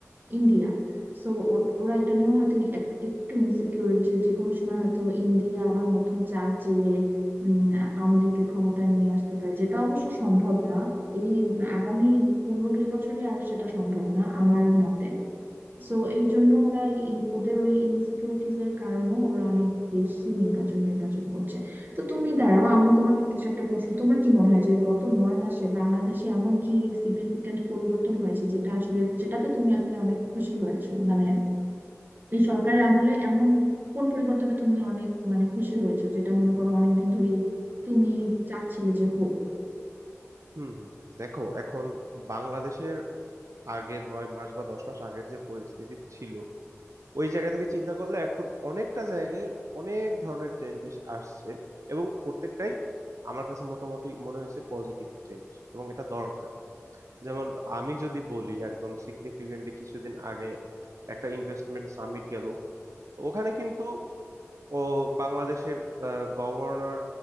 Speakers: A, on the right (about 40°); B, on the right (about 80°).
A: ইন্ডিয়া সো ওরা এটা নিয়েও হয়তো এক- একটু ইনসিকিউর যে যে কোনো সময় হয়তো ইন্ডিয়া আবার নতুন চাল চেলে উম, আওয়ামী লীগকে ক্ষমতায় নিয়ে আসতে পারে যেটা অবশ্য সম্ভব না এই আগামী পনেরো বিশ বছরে আর সেটা সম্ভব না আমার মতে সো এই জন্য ওরা এই ইন- ওদের ওই ইনসিকিউরিটিজ এর কারণে ওরা অনেক বেশি নির্বাচন নির্বাচন করছে তো তুমি দাঁড়াও আমি তোমাকে কিছু একটা প্রশ্ন তোমার কি মনে হয় যে গত নয় মাসে বাংলাদেশে এমন কি সিগনিফিকেন্ট পরিবর্তন হয়েছে যেটা আসলে যেটাতে তুমি আসলে অনেক খুশি হয়েছো মানে এই সরকারের আমলে এমন কোন পরিবর্তনে তুমি অনেক মানে খুশি হয়েছো যেটা মনে করো অনেকদিন ধরেই তুমি চাচ্ছিলে যে হোক
B: হুম হুম দেখো এখন বাংলাদেশের আগের নয় মাস বা দশ মাস আগের যে পরিস্থিতি ছিল ওই জায়গা থেকে চিন্তা করলে এখন অনেকটা জায়গায় অনেক ধরনের চেঞ্জেস আসছে এবং প্রত্যেকটাই আমার কাছে মোটামুটি মনে হয়েছে পজিটিভ চেঞ্জ এবং এটা দরকার যেমন আমি যদি বলি একদম সিগনিফিকেন্টলি কিছুদিন আগে একটা ইনভেস্টমেন্ট সামিট গেল ওখানে কিন্তু ও বাংলাদেশের গভর্নর